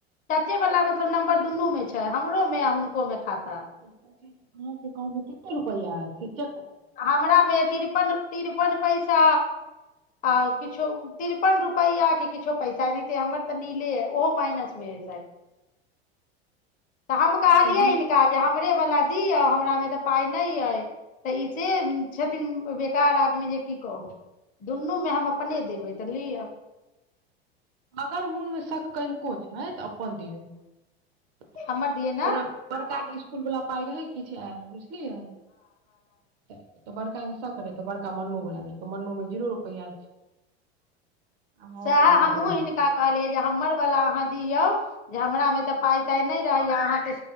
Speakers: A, on the left; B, on the right.
A: चाचेवला मतलब नम्बर दुनूमे छै हमरोमे आ हुनकोमे खाता
B: अहाँ के एकाउंट मे कते रुपआ अय ठीक
A: हमरामे तिरपन तिरपन पैसा आ किछो तिरपन रुपैआके किछो पैसा एनाहिते हमर तऽ नीले अइ ओहो माइनस भ तऽ हम कहलियै
B: यदि
A: हिनका जे हमरे वालला दी हमरामेऽ पाय नहि अय तऽ इसे छथिन बेकार आदमी जे की कहू दुनूमे हम अपने देबै तऽ लिअ
B: अगर मोनमे शक कनिको छै तऽ <inaudible>
A: हमर दियै ने
B: जेना बड़का के इसकुल वला पाइ रहै किछु आयल बुझलियै तऽ बड़का के कर त बड़का मनु बड़ा देलकै मनु मे जीरो रुपैआ छै आ हम
A: सएह
B: अपना मे अपने
A: हमहूँ
B: देने
A: हिनका
B: छी
A: कहलियै जे हमरवला अहाँ दियौ जे हमरा मे तऽ पााय ताय नहि रहैया अहाँ